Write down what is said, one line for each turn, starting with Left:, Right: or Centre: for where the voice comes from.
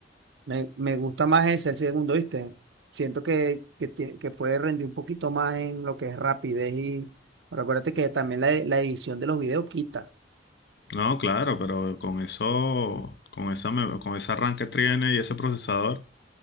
Right: Me, me gusta más ese, el segundo, ¿viste? Siento que, que, tie- que puede rendir un poquito más en lo que es rapidez y pero acuérdate que también la, la edición de los videos quita.
Left: No, claro, pero con eso, con esa, me- con ese arranque tiene y ese procesador,